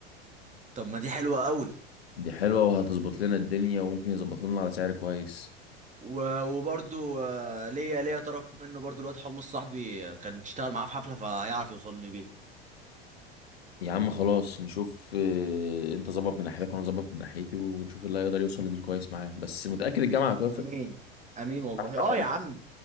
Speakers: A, on the right (about 25°); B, on the left (about 80°).
A: طب ما دي حلوه قوي
B: دي حلوة وهتظبط لنا الدنيا وممكن يظبطه لنا على سعر كويس
A: و- وبرضو آه، ليا ليا طرف منه برضو الواد حمص صاحبي آه، كان اشتغل معاه في حفلة فهيعرف يوصل لي بيه
B: يا عم خلاص نشوف آه، انت ظبط من ناحيتك وانا ظبط من ناحيتي ونشوف اللي هيقدر يوصل لديل كويس معاه بس متأكد الجامعة هتوافق
A: امين امين والله
B: أحمد
A: اه يا عم